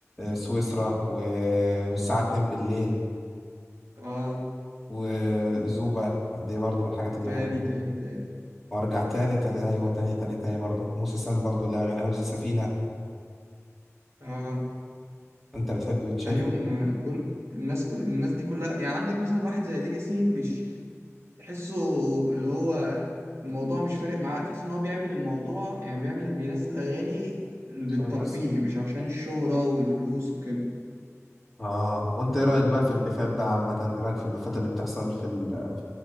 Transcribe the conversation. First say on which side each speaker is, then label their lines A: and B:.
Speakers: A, in the centre; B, on the right.
A: سويسرا و... والساعه 2 بالليل
B: اه
A: وزوبا دي برضو من الحاجات
B: وتاني
A: اللي
B: تاني تاني
A: وارجع تاني تاني ايوه تاني تاني تاني برضه موسى سام برضه لا اغاني حفظ سفينه
B: اه
A: انت بتحب بتشايف
B: يعني يوم
A: من
B: آه، دول الناس كل... الناس دي كلها يعني عندك مثلا واحد زي ليجاسي مش تحسه اللي هو الموضوع مش فارق معاه تحس ان هو بيعمل الموضوع يعني بيعمل بينزل اغاني للترفيه
A: عشان الناس
B: مش عشان الشهرة والفلوس وكده
A: اه وانت ايه رايك بقى في البيفات بقى عامه ايه رايك في البيفات اللي بتحصل في ال...